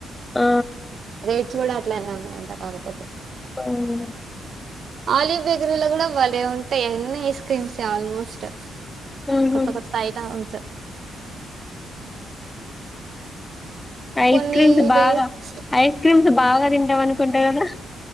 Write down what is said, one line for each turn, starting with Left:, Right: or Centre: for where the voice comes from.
Left: ఆ
Right: రేట్స్ కూడ అట్లనే ఉన్నాయంట కాకపోతే
Left: హ్మ్
Right: ఆలివ్ బేకరీలో కూడ బలే ఉంటాయి అన్ని ఐస్ క్రీమ్సే ఆల్మోస్ట్
Left: ఉహు
Right: కొత్త కొత్త ఐటమ్స్
Left: ఐస్
Right: కొన్ని
Left: క్రీమ్స్ బాగా
Right: డేస్
Left: ఐస్ క్రీమ్ బాగ తింటావనుకుంట కదా